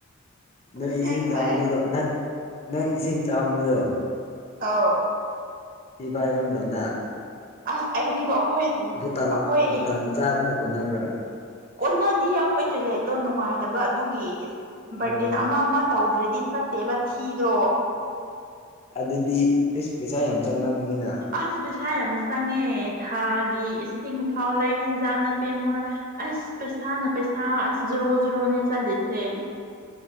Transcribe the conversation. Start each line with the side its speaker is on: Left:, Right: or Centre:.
Left: ꯅꯪ
Right: ꯑꯁꯦꯡꯕꯩ
Left: ꯏꯁꯤꯡ ꯆꯥꯕꯗꯣ ꯅꯪ ꯅꯪ ꯏꯁꯤꯡ ꯆꯥꯝꯕꯗꯣ
Right: ꯑꯥꯎ
Left: ꯊꯤ ꯐꯥꯏꯕ ꯃꯇꯝꯗ
Right: ꯑꯁ ꯑꯩꯗꯤꯀꯣ ꯑꯩꯈꯣꯏ
Left: ꯕꯣꯇꯜ
Right: ꯑꯩꯈꯣꯏ
Left: ꯕꯣꯇꯜ ꯃ ꯆꯥꯗꯨꯅ ꯀꯣꯟꯅꯕ꯭ꯔꯥ
Right: ꯀꯣꯟꯅꯗꯤ ꯑꯩꯈꯣꯏ ꯇꯣꯏꯂꯦꯠꯇꯣ ꯅꯨꯡꯉꯥꯏꯇꯕ ꯑꯗꯨꯒꯤ ꯕꯥꯔꯇꯤꯟ
Left: ꯑꯣ
Right: ꯑꯃ ꯑꯃ ꯇꯧꯗ꯭ꯔꯗꯤ ꯆꯠꯇꯦꯕ ꯊꯤꯗꯣ
Left: ꯑꯗꯨꯗꯤ ꯑꯩꯁ ꯄꯩꯁꯥ ꯌꯥꯝ ꯆꯪꯂꯝꯕꯅꯤꯅ
Right: ꯑꯁ ꯄꯩꯁꯥ ꯌꯥꯝ ꯆꯪꯉꯦ ꯊꯥꯒꯤ ꯏꯁꯤꯡ ꯐꯥꯎ ꯂꯩ ꯌꯦꯟꯖꯥꯡ ꯅꯥꯄꯤ ꯑꯃꯨꯛ ꯂꯩ ꯑꯁ ꯄꯩꯁꯥꯅ ꯄꯩꯁꯥ ꯑꯁ ꯖꯔꯣ ꯖꯔꯣꯅꯤ ꯆꯠꯂꯤꯁꯦ